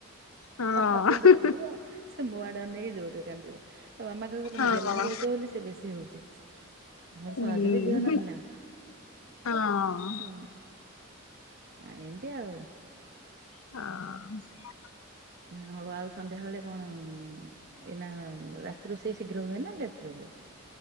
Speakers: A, on the left; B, on the right.
A: ହଁ
B: ବାପା ଯେମିତି ରାଗିବ ସେ ମୋ ଆଡେ ଅନେଇ କି ଜୋରରେ କାନ୍ଦିବ ତା ମାମା କହିବ ତମେ
A: ହଁ
B: ଗେହ୍ଲା କରୁଛ ବୋଲି ସେ ବେଶୀ ହଉଛି ମୋର
A: ହୁଁ
B: ସହଜ ବି ଝିଅ ନଥିଲା
A: ହଁ।
B: ହୁଁ ଆ ଏମିତି ଆଉ
A: ହଁ
B: ହଉ ଆଉ ସନ୍ଧ୍ୟାବେଳେ କଣ ଏଇନା ରାତି ରୋଷେଇ ଶୀଘ୍ର ହୁଏ ନା ଲେଟ ହୁଏ